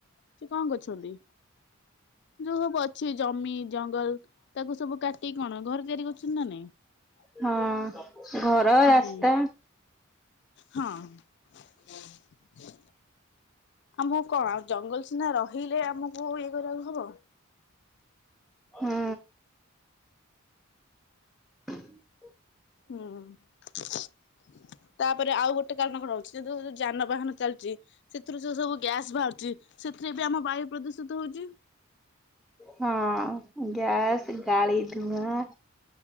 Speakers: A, on the left; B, in the centre.
A: ସେ କଣ କରୁଛନ୍ତି? ଯୋଉ ସବୁ ଅଛି ଜମି ଜଙ୍ଗଲ ତାକୁ ସବୁ କାଟିି କଣ ଘରେ ତିଆରି କରୁଛନ୍ତି ନା ନାଇଁ
B: ହଁ। ଘର ରାସ୍ତା
A: ହୁଁ ହଁ। ହୁଁ। ଆମକୁ କଣ ଆଉ ଜଙ୍ଗଲ ସିନା ରହିଲେ ଆମକୁ ଇଏ କରିବାକୁ ହବ।
B: ହୁଁ। <inaudible>
A: ହୁଁ। <inaudible> ତାପରେ ଆଉ ଗୋଟେ କାରଣ କଣ ହଉଛି ଯଦି ଯୋଉ ଯାନବାହାନ ଚାଲିଚି ସେଥିରୁ ଯୋଉ ସବୁ ଗ୍ୟାସ ବାହାରୁଛି ସେଥିରେ ବି ଆମ ବାୟୁ ପ୍ରଦୂଷିତ ହଉଛି।
B: ହଁ ଗ୍ୟାସ ଗାଳି ଧୂଆଁ